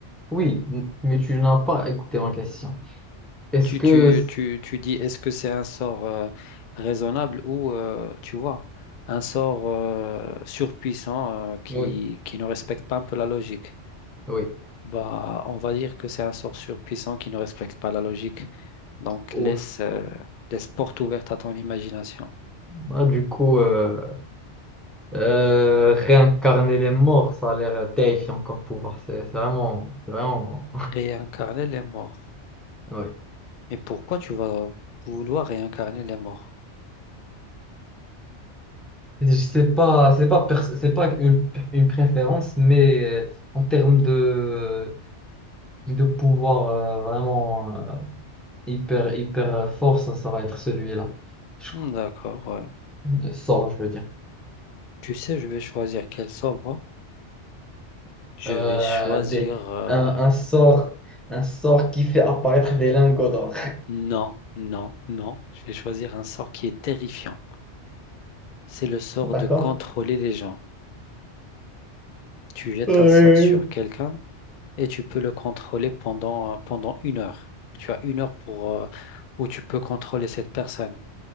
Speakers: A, in the centre; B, on the left.
A: oui, m- mais tu n'as pas écouté ma question. Est-ce
B: Tu,
A: que
B: tu, tu, tu dis est-ce que c'est un sort euh, raisonnable ou, euh, tu vois, un sort euh, surpuissant euh, qui,
A: oui,
B: qui ne respecte pas un peu la logique.
A: oui.
B: Bah, on va dire que c'est un sort surpuissant qui ne respecte pas la logique. Donc,
A: Ouf.
B: laisse, euh, laisse porte ouverte à ton imagination.
A: Ah, du coup euh, euh, réincarner les morts, ça a l'air terrifiant comme pouvoir. C'est c'est vraiment c'est vraiment
B: Réincarner les morts.
A: <laughs> oui.
B: Mais pourquoi tu vas vouloir réincarner les morts?
A: C'est pas, c'est pas, pers- c'est pas une, une préférence, mais euh, en termes de, de pouvoir euh, vraiment euh, hyper, hyper euh, fort, ça, ça va être celui-là. Je
B: Hmm,
A: crois.
B: D'accord, ouais.
A: Le sort, je veux dire.
B: Tu sais, je vais choisir quel sort, moi? Je
A: Euh,
B: vais choisir...
A: des,
B: euh,
A: un, un sort, un sort qui fait apparaître des lingots d'or.
B: Non, non, non. Je vais choisir un sort qui est terrifiant. C'est le sort
A: <laughs> D'accord?
B: de contrôler les gens. Tu jettes
A: Ouais.
B: un sort sur quelqu'un. et tu peux le contrôler pendant, pendant une heure. Tu as une heure pour, euh, où tu peux contrôler cette personne.